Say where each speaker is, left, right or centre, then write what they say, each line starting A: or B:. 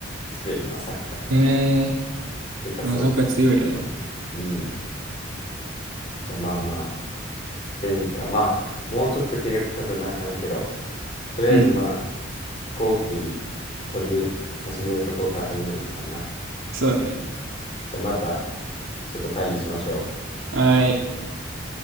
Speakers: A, on the left; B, on the right.
A: スペインはサッカー
B: ええ
A: でかそ
B: でもそっか強いよな。
A: ううんじゃあまあまあスペインかまあもうちょっと計画立てなあかんけどとりあえずまあ
B: うん、
A: 飛行機取り始めるところから始めなあかんな
B: そうだね。
A: じゃあまたちょっと会議しましょ
B: はーい。